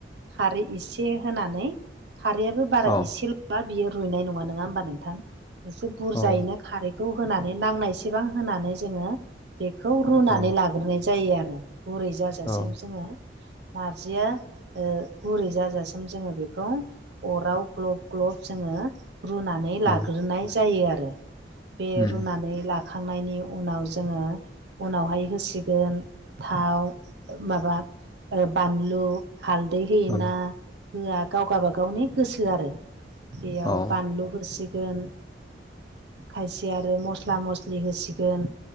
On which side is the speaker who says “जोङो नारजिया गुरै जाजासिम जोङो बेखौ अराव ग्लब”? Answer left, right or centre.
Right